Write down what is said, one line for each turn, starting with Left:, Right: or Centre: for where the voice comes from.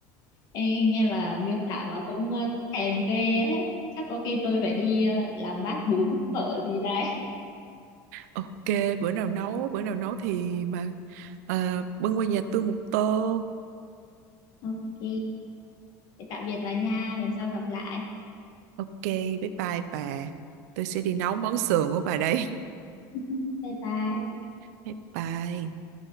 Left: Ê, nghe mà miêu tả mà cũng à, thèm ghê ấy. chắc có khi tôi phải đi à, làm bát bún phở gì đấy
Right: Ok, bữa nào nấu, bữa nào nấu thì mà ờ, bưng qua nhà tôi một tô.
Left: ok thế tạm biệt bà nha lần sau gặp lại
Right: Ok, bye bye bà. Tôi sẽ đi nấu món sườn của bà đây.
Left: <laughs> bye bye
Right: <laughs> Bye bye.